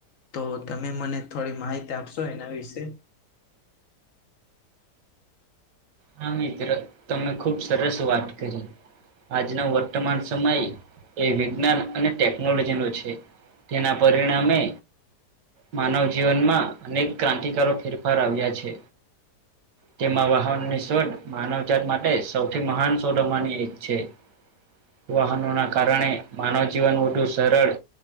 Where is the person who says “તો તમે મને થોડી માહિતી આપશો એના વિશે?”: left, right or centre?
Left